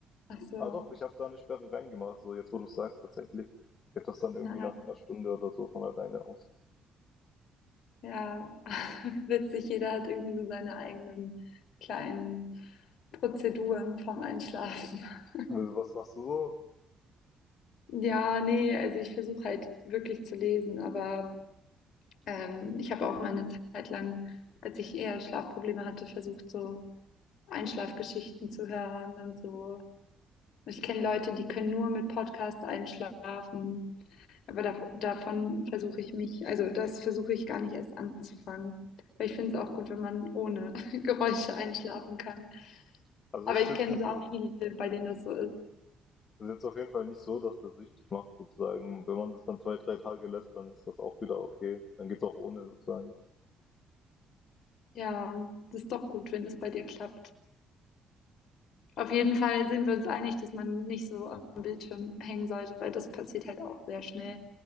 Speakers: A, on the left; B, on the left.
A: Ach so,
B: Ah doch, ich habe da eine Sperre reingemacht. So jetzt, wo du es sagst, tatsächlich geht das dann irgendwie
A: ah,
B: nach einer Stunde oder so von alleine aus.
A: ja, <laughs> witzig. Jeder hat irgendwie so seine eigenen kleinen Prozeduren vom Einschlafen. <laughs>
B: Also, was machst du so?
A: Ja, nee, also ich versuche halt wirklich zu lesen, aber ähm, ich habe auch mal eine Zeit lang, als ich eher Schlafprobleme hatte, versucht, so Einschlafgeschichten zu hören und so. Ich kenne Leute, die können nur mit Podcasts einschlafen. Aber da, davon versuche ich mich, also das versuche ich gar nicht erst anzufangen. Weil ich finde es auch gut, wenn man ohne <laughs> Geräusche einschlafen kann.
B: Also
A: Aber
B: es
A: ich
B: ist jetzt
A: kenne
B: nicht,
A: auch viele, bei denen das so ist.
B: das ist jetzt auf jeden Fall nicht so, dass das süchtig macht sozusagen. Wenn man das dann zwei, drei Tage lässt, dann ist das auch wieder okay. Dann geht's auch ohne sozusagen.
A: Ja, das ist doch gut, wenn das bei dir klappt. Auf jeden Fall sind wir uns einig, dass man nicht so am Bildschirm hängen sollte, weil das passiert halt auch sehr schnell,